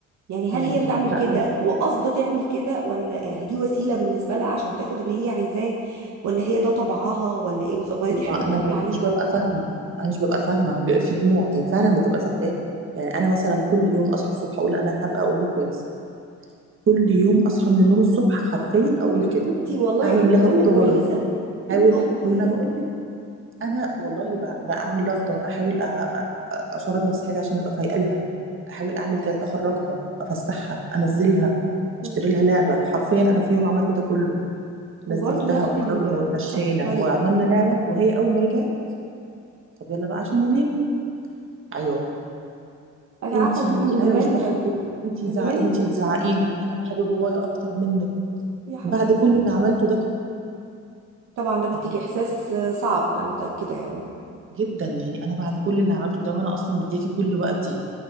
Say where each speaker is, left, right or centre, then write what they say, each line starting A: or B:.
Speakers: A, on the right; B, on the right.
A: يعني هل
B: يعني
A: هي بتعمل
B: عارفه
A: كده وقصده تعمل كده ولا دي وسيله بالنسبه لها عشان تاخد اللي هي عايزاه ولا هي ده طبعها ولا ايه بالظبط ولا دي
B: إيه،
A: حاجه
B: ما انا
A: جديده عليها
B: مش ببقى فاهمه انا مش ببقى فاهمه هو بيبقى في دموع هي فعلا بتبقى زعلانه يعني انا مثلا كل يوم اصحى الصبح اقول انا هبقى ام كويسه كل يوم اصحى من النوم الصبح حرفيا اقول
A: يا
B: كده
A: حبيبتي والله
B: اعمل
A: انت
B: لها
A: ام
B: فطار
A: كويسه
B: احاول
A: انت ام كويسه
B: ما انا بقول لك انا والله بقى, بقى اعمل لها فطار احاول أ- أ- اشرب نفسي حاجه عشان ابقى فايقه لها احاول اعمل كذا اخرجها افسحها انزلها
A: مم.
B: اشتري لها لعبه حرفيا انا في يوم عملت ده كله نزلتها
A: وبرضه نفس
B: وخرجنا
A: ال...
B: واتمشينا
A: نفس الطريقه
B: وعملنا لعبه وهي اول ما رجعت طب يلا بقى عشان ننام عياط
A: انا
B: انتي
A: عارفه ان انت من زمان
B: انا مش بحبك انتي
A: من
B: زع...
A: زمان
B: انتي
A: انت
B: بتزعقي لي انا بحب بابايا اكتر منك
A: يا حبيبتي
B: بعد كل اللي عملته ده
A: طبعا ده بيديك
B: يعني
A: احساس صعب انا متاكده يعني
B: جدا يعني انا بعد كل اللي عملته ده وانا اصلا مدياكي كل وقتي